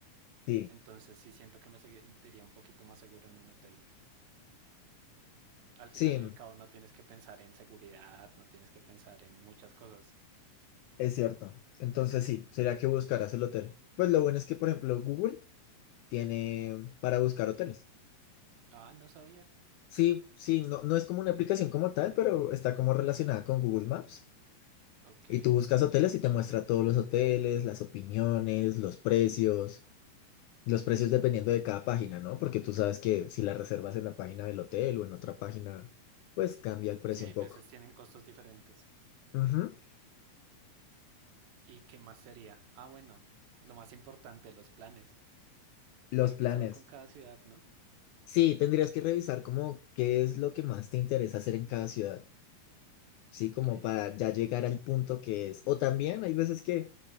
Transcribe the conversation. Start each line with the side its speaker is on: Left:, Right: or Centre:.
Left: Sí,
Right: Entonces sí siento que me sentiría un poquito más seguro en un hotel. Al final
Left: sí,
Right: y al cabo no tienes que pensar en seguridad, no tienes que pensar en muchas cosas.
Left: es cierto. Entonces sí, sería que buscarás el hotel. Pues lo bueno es que, por ejemplo, Google tiene para buscar hoteles.
Right: Ah, no sabía.
Left: Sí, sí, no, no es como una aplicación como tal, pero está como relacionada con Google Maps.
Right: Ok.
Left: Y tú buscas hoteles y te muestra todos los hoteles, las opiniones, los precios. Los precios dependiendo de cada página, ¿no? Porque tú sabes que si la reservas en la página del hotel o en otra página, pues cambia el precio
Right: Sí, hay
Left: un poco.
Right: veces tienen costos diferentes.
Left: Ujú.
Right: ¿Y qué más sería? Ah, bueno, lo más importante, los planes.
Left: Los
Right: Creo
Left: planes.
Right: que eso va con cada ciudad, ¿no?
Left: Sí, tendrías que revisar como qué es lo que más te interesa hacer en cada ciudad, ¿sí?
Right: Ok.
Left: Como para ya llegar al punto que es. O también hay veces que